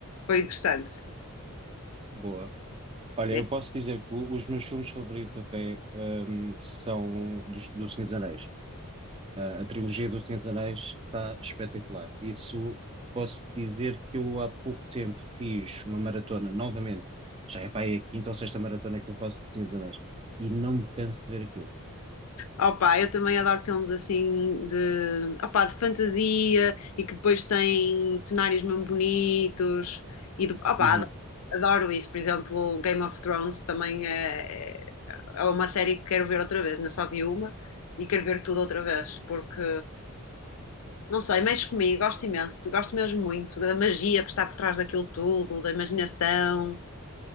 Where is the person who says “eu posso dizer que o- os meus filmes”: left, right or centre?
Right